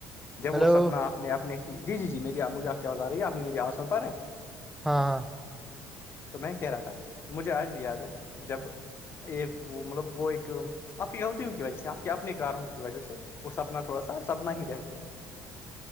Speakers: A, on the left; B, in the centre.
A: جب
B: ہلو
A: وہ سپنا آپ اپنے جی جی جی میری مجھے آپ کی آاز آ رہی ہے آپ نے میری آواز سن پا رہے ہیں
B: ہاں ہاں
A: تو میں کہہ رہا تھا مجھے آج بھی یاد ہے جب ایک وہ مطلب وہ ایک آپ کی غلطوں کی وجہ سے آپ کے اپنے کارنوں کی وجہ سے وہ سپنا تھوڑا سا سپنا ہی رہ گیا